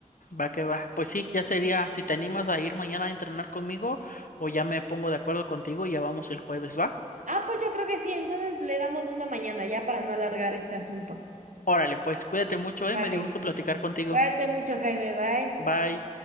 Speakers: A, on the left; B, on the right.
A: Va que va. Pues sí, ya sería, si te animas a ir mañana a entrenar conmigo o ya me pongo de acuerdo contigo y ya vamos el jueves, ¿va?
B: Ah, pues yo creo que sí, entonces le damos de una mañana ya para no alargar este asunto.
A: Órale, pues cuídate mucho, eh.
B: Vale,
A: Me dio gusto platicar contigo.
B: cuídate mucho, Jaime, bye.
A: Bye.